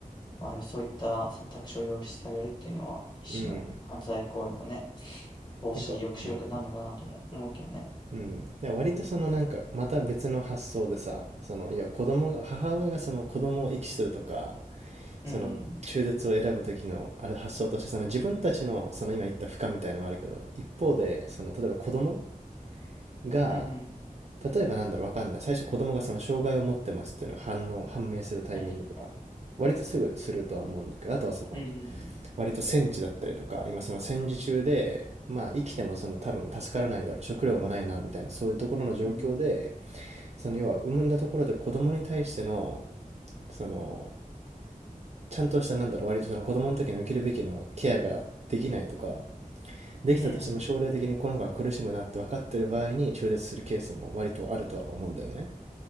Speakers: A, on the left; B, on the right.
A: まあ、そういった選択肢を用意してあげるっていうのは、一種の犯罪行為のね、
B: うん。
A: 防止、
B: なんか、うん。
A: 抑止力になるのかなとも思うけどね。
B: うん。で割とそのなんか、また別の発想でさ、その、いや、子供が、母親がその子供を遺棄するとか、
A: うん、
B: その中絶を選ぶ時のあれ発想としてその自分たちのその今言った負荷みたいのもあるけど一方でその例えば子供が
A: うん、うん、うん
B: 例えばなんだろうわかんない最初子供がその障害を持ってますっていうのが反応判明するタイミングとか割とすぐするとは思うんだけどあとはその
A: うん、はい、うん、
B: 割と戦地だったりとか今その戦時中でまあ生きてもその多分助からないだろう食料もないなみたいなそういうところの状況で
A: うん、
B: その要は産んだところで子供に対してのそのちゃんとした、なんだろう、割とその子供の時に受けるべきのケアができないとか、できたとしても将来的にこの子が苦しむなって分かってる場合に中絶するケースも割とあるとは思うんだよね。
A: うん、